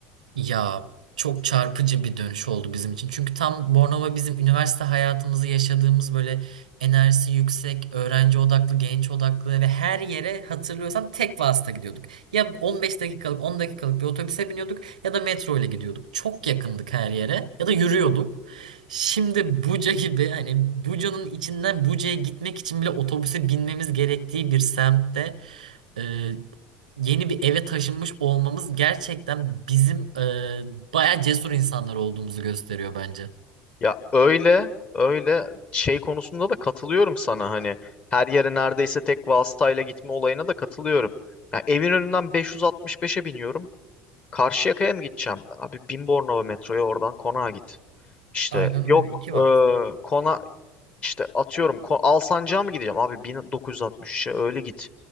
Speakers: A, on the right; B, on the left.
A: Ya çok çarpıcı bir dönüş oldu bizim için. Çünkü tam Bornova bizim üniversite hayatımızı yaşadığımız böyle enerjisi yüksek, öğrenci odaklı, genç odaklı ve her yere hatırlıyorsan tek vasıta gidiyorduk. Ya 15 dakikalık, 10 dakikalık bir otobüse biniyorduk ya da metro ile gidiyorduk. Çok yakındık her yere ya da yürüyorduk. Şimdi Buca gibi hani Buca'nın içinden Buca'ya gitmek için bile otobüse binmemiz gerektiği bir semtte e, yeni bir eve taşınmış olmamız gerçekten bizim e, bayağı cesur insanlar olduğumuzu gösteriyor bence.
B: Ya öyle öyle şey konusunda da katılıyorum sana hani her yere neredeyse tek vasıtayla gitme olayına da katılıyorum. Ya evin önünden 565'e biniyorum. Karşıyaka'ya mı gideceğim? Abi bin Bornova metroya oradan konağa git. İşte
A: Aynen
B: yok
A: öyle. İki
B: e,
A: vasıta.
B: kona işte atıyorum kon, Alsancak'a mı gideceğim abi 1963'e öyle git.